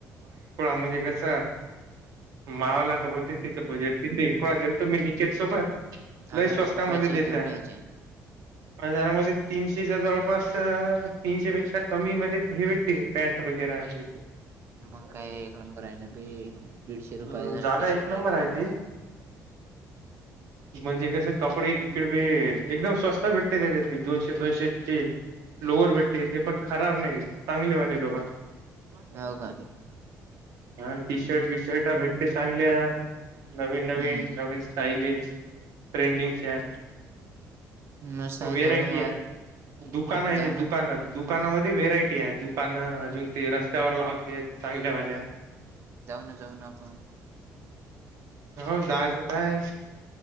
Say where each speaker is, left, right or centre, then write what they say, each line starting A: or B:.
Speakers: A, on the right; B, on the right.
A: म्हणजे कस. मावला तर होत तिथं बजेट तिथे. एकवेळा गेलतो मी निकेत सोबत.
B: हजार
A: लय स्वस्ता
B: रुपयाचे
A: मध्ये देताय.
B: घेऊन यायचे
A: हजारामध्ये तीनशेच्या जवळपास, तीनशे पेकी पेक्षा अ कमी मध्ये फ्री हे भेटते पॅन्ट वगैरे आहे.
B: मग काय, एक नंबराय ना बे दीडशे रुपयाचा
A: हम्म जागा
B: टी
A: एक
B: शर्ट
A: नंबर आहे ती. म्हणजे कस कपडे इकड बे, एकदम स्वस्त भेटत च्या दोनशे, दोनशे लोअर भेटते, ते पण खराब नाही, चांगले वाले लोअर.
B: आहे हो का
A: ह टी शर्ट बीशर्ट भेटते चांगल्या नवीन-नवीन,
B: हम्म
A: नवीन स्टाईलिश, ट्रेंडिंगच्या.
B: मस्त आहे
A: वेरायटी
B: जाऊ ना मग
A: आहे, दुकान आहे,
B: जाऊ ना
A: दुकानात दु दुकानामध्ये व्हेरायटी आहे, दुकानं अजून ते रस्त्यावर लावतेत. चांगल्या वाल्या-
B: जाऊ न जाऊ ना आपण.
A: हो जायचं काय